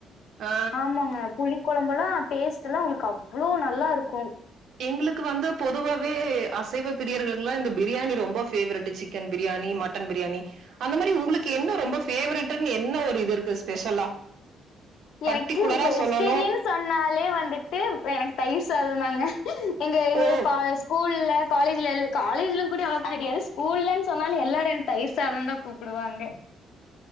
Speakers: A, on the right (about 70°); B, on the left (about 75°).
A: ஆ
B: ஆமாங்க புளி கொழம்பெல்லா டேஸ்ட் எல்லா உங்களுக்கு அவ்ளோ நல்லாருக்கு
A: எங்களுக்கு வந்து பொதுவாவே அசைவ பிரியர்களுகெல்லா இந்த ப்ரியாணி ரொம்ப ஃபேவரெட்டு ச் சிக்கன் ப்ரியாணி மட்டன் ப்ரியாணி அந்த மாரி உங்களுக்கு என்ன ரொம்ப பேவரட்டுன்னு என்ன ஒரு இது இருக்கு ஸ்பெஷலா
B: எனக்கு
A: பர்ட்டிகுலரா
B: வெஜிடேரியன்
A: சொல்லணு
B: சொன்னாலே வந்துட்டு எனக்கு தயிர் சாதோந்தாங்க எங்க எங்க
A: ஓ
B: இ கால்ஸ் ஸ்கூல்ல காலேஜ்ல எல் காலேஜ்லு கூட அவ்வளோக்கு தெரியாது ஸ்கூல்லன்னு சொன்னாலே எல்லாரு என்ன தயிர்சாதோன்னு தா கூப் புடுவாங்க